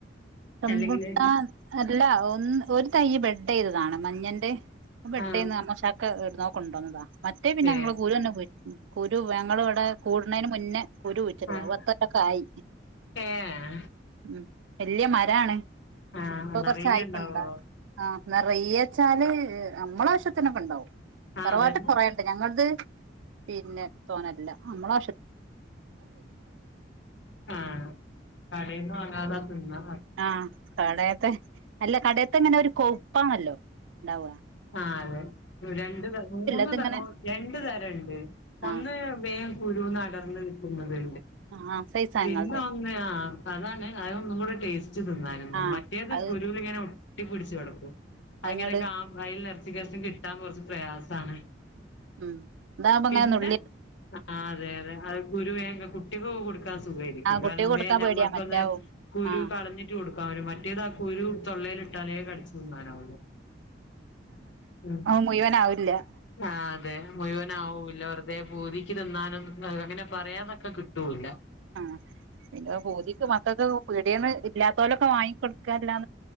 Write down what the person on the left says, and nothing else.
അല്ലെങ്കില്
ആഹ്
ഏഹ്
ആഹ്
ഏഹ്
ആഹ്
നറയെ
ഉണ്ടാവോ
ആഹ് അതന്നെ
ആഹ ക ടെന്ന് വാങ്ങാതെ. തിന്ന
ആ അതെ രണ്ട് ത മൂന്ന്
ത രണ്ട് തരണ്ട് ഒന്ന്
മ്പേ കുരുന്ന്ടർന്ന് കിട്ടുന്നത്
പിന്നെ ഒന്ന് ആ അതാണ് അത ഒന്നും കൂടെ ടേസ്റ്റ് ച്തിന്ന നൊന്നു
മറ്റേത്
കുരു ലിങ്ങനെ ഒ ട്ടി പിടിച്ച് കടക്കും അയെങ്ങനെ
കാ ലർചികേസൻ കിട്ടൻ കുറച്ച് പ്രയാസാണ്
പിന്നെ
ആ അതെ അതെ അത് ഗുരുവേ കുട്ടികൊക്കെ കൊട് ക്കാൻസുഖരിക്കും
കാരണം
നമ്മുക്കൊന്ന്
കുരു
കളഞ്ഞിട്ട് കൊടുക്കാൻ വരും മറ്റേത് ആ കുരു തൊള്ളൽ ട്ടാലേ കടിച്ചു തിന്നാനാവോ ളു ഉ
ആ അതെ മുഴുവൻ ആവുല്ല വെറുതെ പൂതി ക്കി തിന്നാനും അങ്ങനെ പറയാതെ ക്ക് കിട്ടൂല